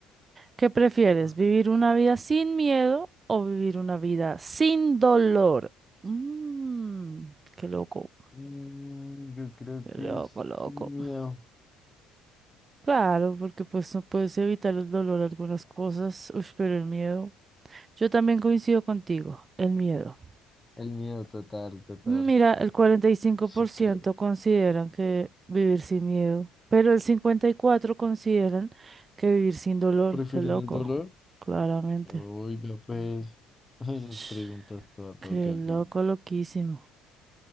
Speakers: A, on the right; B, on the left.
A: ¿Qué prefieres?
B: Ah,
A: ¿Vivir una vida sin miedo o vivir una vida sin dolor? Mmm, qué loco,
B: mm, yo creo
A: qué
B: que
A: loco,
B: es
A: loco.
B: el miedo.
A: Claro, porque pues no puedes evitar el dolor algunas cosas, ush, pero el miedo. Yo también coincido contigo, el miedo.
B: El miedo total, total.
A: Mira, el cuarenta y cinco
B: Sí,
A: por ciento
B: creo.
A: consideran que vivir sin miedo, pero el 54% consideran que vivir sin dolor.
B: ¿Prefieren
A: Qué loco,
B: el dolor?
A: claramente.
B: Uy, vea pues. <laughs> Esas
A: Sh,
B: preguntas para todo
A: Qué
B: casi.
A: loco, loquísimo.